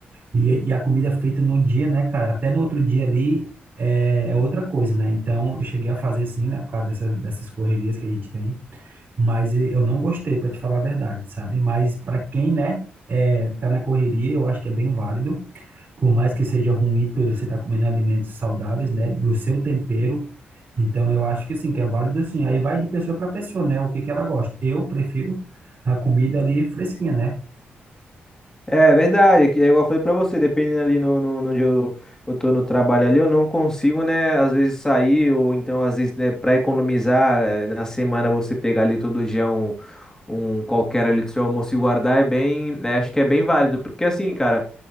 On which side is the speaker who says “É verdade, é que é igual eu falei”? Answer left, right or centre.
Left